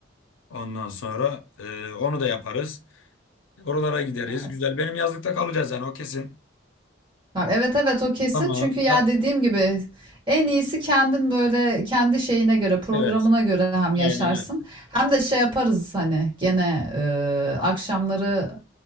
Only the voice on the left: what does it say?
Ondan sonra e, onu da yaparız. Oralara gideriz.
Güzel. Benim yazlıkta kalacağız yani o kesin.
Tamam.
Da,
evet.
Aynen öyle.